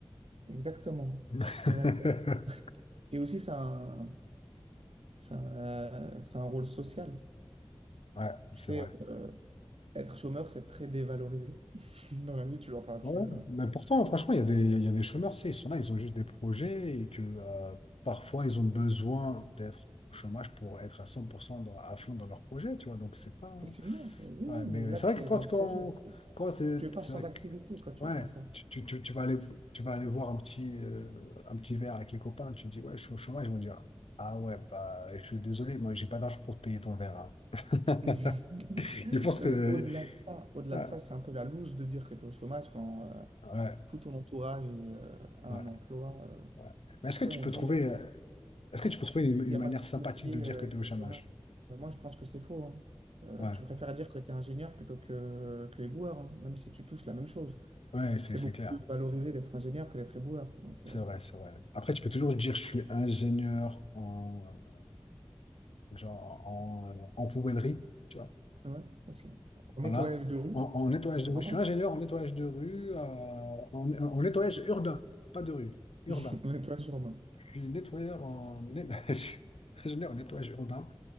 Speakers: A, on the right (about 80°); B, on the left (about 75°).
A: exactement.
B: <laughs>
A: Exactement. Et aussi, c'est un, c'est un, euh, c'est un rôle social.
B: Ouais,
A: Tu
B: c'est
A: sais,
B: vrai.
A: euh, être chômeur, c'est très dévalorisé. <laughs> Dans la vie, tu, enfin, tu,
B: Ouais.
A: euh,
B: Mais pourtant, franchement, il y a des, il y a des chômeurs, c'est, ils sont là, ils ont juste des projets et que euh, parfois, ils ont besoin d'être au chômage pour être à 100% dans- à fond dans leur projet, tu vois. Donc, c'est pas.
A: effectivement, euh, oui,
B: Ouais,
A: oui,
B: mais
A: mais là,
B: mais c'est
A: tu
B: vrai
A: es
B: que quand,
A: en
B: quand,
A: projet.
B: quand c'est
A: Tu es pas
B: c'est
A: sans
B: vrai
A: activité
B: que-
A: quand tu
B: ouais,
A: es comme ça.
B: tu, tu, tu, tu vas aller, tu vas aller voir un petit, euh, un petit verre avec les copains, tu dis, ouais, je suis au chômage, ils vont dire, ah ouais, bah, je suis désolé, moi, j'ai pas d'argent pour te payer ton verre. hein. <laughs>
A: <laughs> Non,
B: Je pense que.
A: mais au-delà de ça, au-delà
B: Ouais,
A: de ça, c'est un peu la loose de dire que tu es au chômage quand euh,
B: ouais,
A: tout ton entourage est, euh, a
B: ouais,
A: un emploi. euh.
B: ouais. Mais est-ce
A: tu
B: que tu
A: sais, on
B: peux
A: dit,
B: trouver,
A: euh,
B: euh, est-ce que tu peux trouver une, une
A: Il n'y a
B: manière
A: pas de sous-métier,
B: sympathique de dire
A: euh,
B: que tu
A: etc.
B: es au chômage?
A: Euh, moi, je pense que c'est faux. hein. Euh,
B: Ouais,
A: tu préfères dire que tu es ingénieur plutôt que, que éboueur, hein, même si tu touches la même chose.
B: ouais, c'est
A: C'est
B: c'est
A: beaucoup
B: clair.
A: plus valorisé d'être ingénieur que d'être éboueur. Donc,
B: C'est
A: euh,
B: vrai, c'est vrai. Après, tu peux toujours dire je suis ingénieur en, euh, genre, en, euh, en poubellerie, tu vois.
A: ouais, aussi. En
B: Voilà.
A: nettoyage de rue,
B: En, en nettoyage
A: c'est
B: de rue.
A: pas mal.
B: Je suis ingénieur en nettoyage de rue, euh, en, en nettoyage urbain, pas de rue, urbain.
A: <laughs> En nettoyage urbain.
B: Je suis nettoyeur en, net- <laughs> ingénieur en nettoyage urbain.